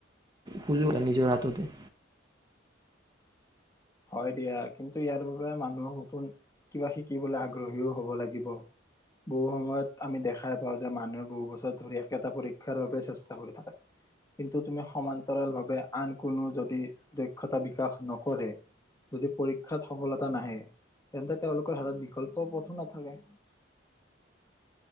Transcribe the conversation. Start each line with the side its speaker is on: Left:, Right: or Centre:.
Right: সুযোগ নিজৰ হাততে
Left: হয় দিয়া কিন্তু ইয়াৰ বাবে মানুহক নতুন কিবা শিকিবলৈ আগ্ৰহীও হব লাগিব বহু সময়ত আমি দেখাই কোৱা যে মানুহএ বহু বছৰ ধৰি একেটা পৰীক্ষা শিক্ষাৰ বাবে চেষ্টা কৰি থাকে কিন্তু তুমি সমান্তৰাল ভাৱে আন কোনো যদি দক্ষতা বিকাশ নকৰে যদি পৰীক্ষাত সফলতা নাহে তেন্তে তেওঁলোকৰ হাতত বিকল্প পথো নাথাকে